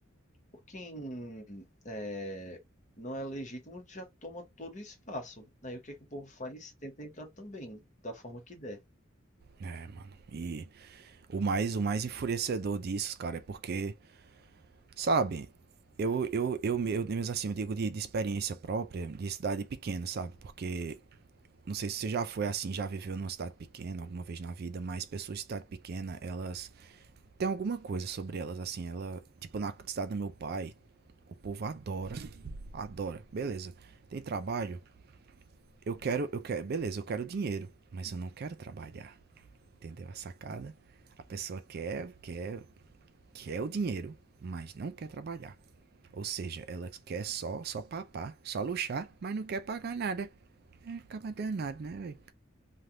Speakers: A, on the left (about 35°); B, on the right (about 50°).
A: por quem é, não é legítimo já toma todo o espaço. Aí o que é que o povo faz? Tenta entrar também, da forma que der.
B: É, mano. E o mais, o mais enfurecedor disso, cara, é porque, sabe, eu, eu, eu, eu, mesmo assim, eu digo de, de experiência própria, de cidade pequena, sabe? Porque Não sei se você já foi assim, já viveu numa cidade pequena alguma vez na vida, mas pessoas de cidade pequena, elas tem alguma coisa sobre elas assim, ela, tipo na cidade do meu pai, o povo adora, adora. Beleza. Tem trabalho? Eu quero, eu quero, beleza, eu quero dinheiro, mas eu não quero trabalhar. Entendeu a sacada? A pessoa quer, quer, quer o dinheiro, mas não quer trabalhar. Ou seja, ela quer só, só papar, só luxar, mas não quer pagar nada. É, acaba danado, né, velho?